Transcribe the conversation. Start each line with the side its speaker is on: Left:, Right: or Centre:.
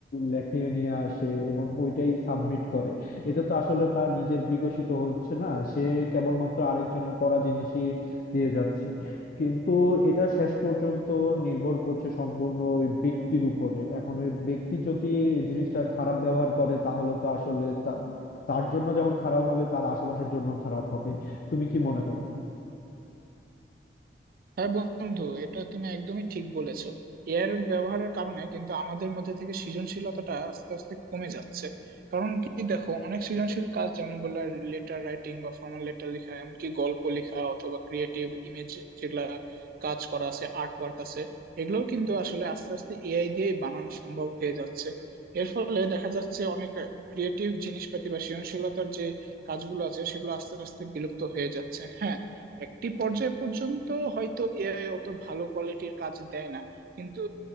Left: লেখে নিয়ে আসে এবং ওইটাই সাবমিট করে এতে তো আসলে তার নিজের বিকশিত হচ্ছে না সে কেবলমাত্র আরেকজনের করা জিনিসই দিয়ে যাচ্ছে কিন্তু এটা শেষ পর্যন্ত নির্ভর করছে সম্পূর্ণ ওই ব্যক্তির উপরে এখন ওই ব্যক্তি যদি এই জিনিসটার খারাপ ব্যবহার করে তাহলে তো আসলে তার তার জন্য যেমন খারাপ হবে তার আশেপাশের জন্য খারাপ হবে তুমি কি মনে করো
Right: হ্যাঁ বন্ধু এটা তুমি একদমই ঠিক বলেছো এআই এর ব্যবহারের কারণে কিন্তু আমাদের মধ্যে থেকে সৃজনশীলতাটা আস্তে আস্তে কমে যাচ্ছে কারণ কি দেখো অনেক সৃজনশীল কাজ যেমন বললা লেটার রাইটিং বা ফর্মাল লেটার লেখা এমনকি গল্প লেখা অথবা ক্রিয়েটিভ ইমেজ যেগুলা কাজ করা আছে আর্ট ওয়ার্ক আছে এগুলোও কিন্তু আসলে আস্তে আস্তে এআই দিয়ে বানানো সম্ভব হয়ে যাচ্ছে এর ফলে দেখা যাচ্ছে অনেক ক্রিয়েটিভ জিনিসপাতি বা সৃজনশীলতার যে কাজগুলো আছে সেগুলো আস্তে আস্তে বিলুপ্ত হয়ে যাচ্ছে হ্যাঁ একটি পর্যায় পর্যন্ত হয়তো এআই অত ভালো কোয়ালিটির কাজ দেয় না কিন্তু